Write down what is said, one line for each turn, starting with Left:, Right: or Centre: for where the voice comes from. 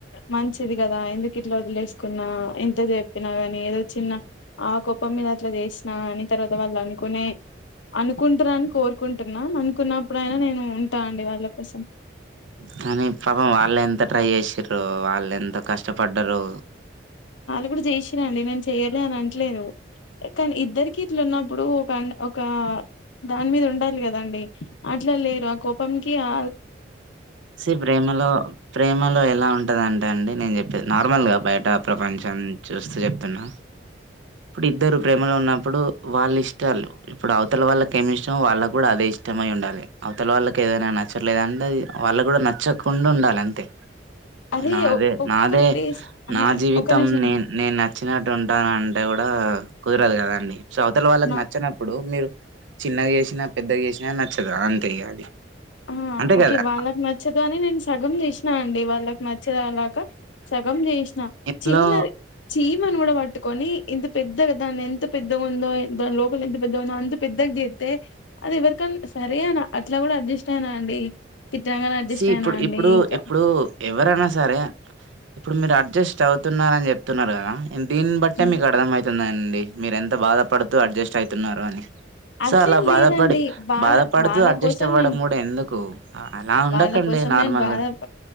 Left: మంచిది కదా ఎందుకు ఇట్లా వదిలేసుకున్నా ఎంత చెప్పినా కాని ఏదో చిన్న ఆ కోపం మీద అట్లా చేసినా అని తర్వాత వాళ్ళు అనుకోనే అనుకుంటున్నారాని కోరుకుం టున్నా అనుకున్నప్పుడుయినా నేను ఉంటా అండి వాళ్ళ కోసం
Right: కానీ పాపం వాళ్ళు ఎంత ట్రై చేసిరో వాళ్ళు ఎంత కష్టపడ్డారు
Left: ఇప్పుడు చేసాండి నేను చెయ్యాలి అని అట్లేదు కానీ ఇద్దరికి ఇట్లు ఉన్నప్పుడు ఒక ఒక దాని మీద ఉండాలి కదండి అట్లా లేరు ఆ కోపంకి ఆ
Right: స ప్రేమలో ప్రేమలో ఎలా ఉంటదంటే అండి నేను చెప్ నార్మల్ గా బయట ప్రపంచం చూస్తూ చెప్తున్నా ఇప్పుడు ఇద్దరు ప్రేమలో ఉన్న ఇప్పుడు వాళ్ళు ఇష్టాలు ఇప్పుడు అవతల వాళ్ళ కెమిష్టం వాళ్ళ కూడా అదే ఇష్టమై ఉండాలి అవతల వాళ్ళకి ఏదనా నచ్చట్లేదు అంటే అది వాళ్ళ కూడా నచ్చకుండా ఉండాలి అంతే
Left: అరే
Right: నాదే
Left: ఒ- ఒక్కరు
Right: నాదే
Left: టేస్ట్ ఆహా
Right: నా జీవితం
Left: ఒక నిమిషం
Right: నే నేను న నచ్చినట్టు ఉంటానంటే కూడా కుదరదు కదండి సో అవతల వాళ్ళకి
Left: నా
Right: నచ్చినప్పుడు మీరు చిన్నగా చేసినా పెద్దగా చేసినా నచ్చదు అంతేగా అది
Left: ఉ
Right: అంతే
Left: ఓకే
Right: కదా
Left: వాళ్ళకి నచ్చదు అని నేను సగం తీసినా అండి వాళ్ళకి నచ్చదు అలాగా సగం చేసిన
Right: మందిలో
Left: చిన్న చీమను కూడా పట్టుకొని ఇంత పెద్దగా దాని ఎంత పెద్ద ఉందో దాని లోపలి ఎంత పెద్దగా ఉందో అంత పెద్దగా చేతే అది ఎవరిక సరే అనా అట్లా కూడా అడ్జస్ట్ అయినా అండి తిట్టనంగానే అడ్జస్ట్
Right: సీ
Left: అయినా
Right: ఇప్పుడు
Left: అండి
Right: ఇప్పుడు
Left: ఇంకా
Right: ఇప్పుడు ఎవరైనా సరే ఇప్పుడు మీరు అడ్జస్ట్ అవుతున్నార అని చెప్తున్నారు కదా దీని బట్టే
Left: ఉమ్.
Right: మీకు అర్థమవుతందన్ డి మీరెంత బాధపడుతూ అడ్జస్ట్ అయితున్నారు అని
Left: అట్లేం
Right: సో అలా బాధపడి
Left: లేదండి వాళ్ళ
Right: బాధపడుతూ
Left: వాళ్ళ
Right: అడ్జస్ట్
Left: కోసం
Right: అవ్వడం
Left: నేను
Right: కూడా ఎందుకు అ- అలా ఉండకండి
Left: వాళ్ళ కోసం
Right: నార్మల్గా
Left: నేను బాధప